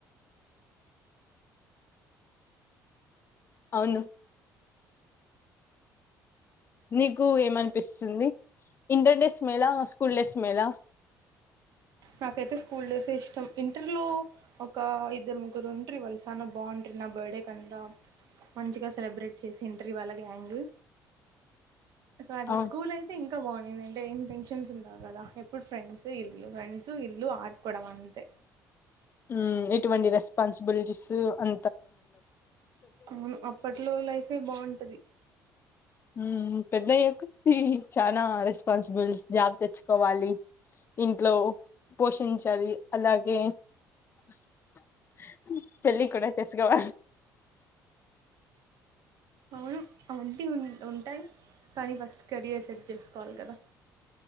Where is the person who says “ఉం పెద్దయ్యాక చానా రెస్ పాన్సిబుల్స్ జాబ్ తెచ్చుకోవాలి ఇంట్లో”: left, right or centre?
Left